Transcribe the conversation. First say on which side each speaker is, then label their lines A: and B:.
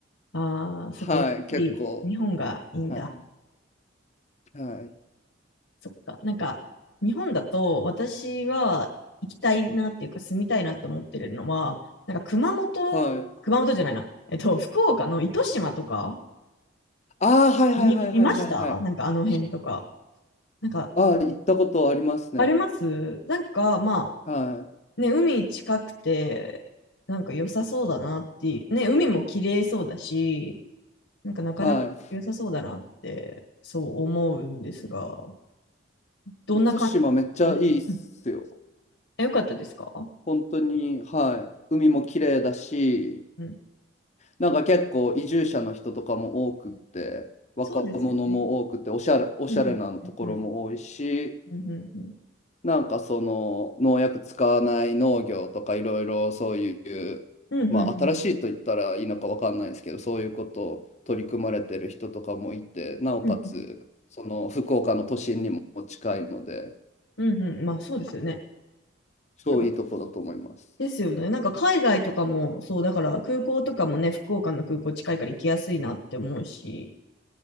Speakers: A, on the left; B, on the left.
A: ああ、そっか、
B: はい、
A: やっぱり日本がいいんだ。
B: 結構、はい、はい、
A: そっか。なんか、日本だと私は行きたいなっていうか住みたいなって思ってるのは、なんか熊本、
B: はい。
A: 熊本じゃないな。えっと、福岡の糸島とか、
B: ああ、はいはいはいはいはいはい。
A: 見、見ましたなんかあの辺とか。なんか、
B: ああ、行ったことありますね。
A: ありますなんか、ま
B: はい、
A: あ、ね、海近くて、なんか良さそうだなっていう、ね、海も綺麗そうだし、なんかなかなか良さそうだなって、
B: は
A: そう思うんですが、どんな感じ、
B: い。糸島めっちゃいいっすよ。
A: うんえ、よかったですか
B: 本当に、はい、海も綺麗だし、
A: うん
B: なんか結構移住者の人とかも多くって、若者も多くて、
A: そうですよね。
B: おしゃれ、おしゃれなところも多いし、
A: うんうんうんうん
B: なんかその農薬使わない農業とかいろいろそういう、
A: うんうんうんうん
B: まあ新しいと言ったらいいのかわかんないですけど、そういうことを取り組まれてる人とかもいて、なおかつその福岡の都心にも近いので、
A: うんうんうんうんまあそうですよね。
B: 超いいとこだと思います。
A: なんかですよね。なんか海外とかもそうだから空港とかもね福岡の空港近いから行きやすいなって思うし